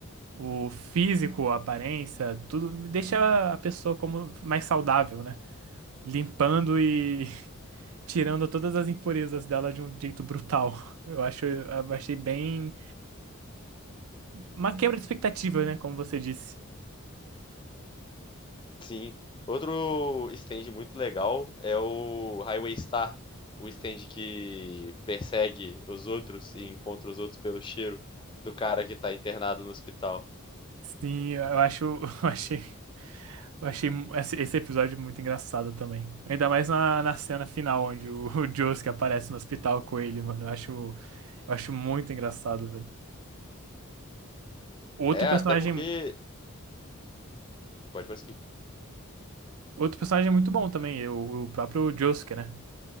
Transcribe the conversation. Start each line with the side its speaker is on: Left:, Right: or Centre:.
Right: o físico, a aparência, tudo deixa a pessoa como mais saudável, né? Limpando e <laughs> tirando todas as impurezas dela de um jeito brutal. Eu acho, eu achei bem uma quebra de expectativa, né? Como você disse.
Left: Sim. Outro stand muito legal é o Highway Star. O stand que persegue os outros e encontra os outros pelo cheiro do cara que tá internado no hospital.
Right: Sim, eu acho, <laughs> eu achei. Eu achei esse esse episódio muito engraçado também. Ainda mais na, na cena final, onde o, <laughs> o Josuke aparece no hospital com ele, mano. Eu acho, eu acho muito engraçado, velho. Outro
Left: É,
Right: personagem,
Left: até porque Pode prosseguir.
Right: outro personagem muito bom também, é o, o próprio Josuke, né?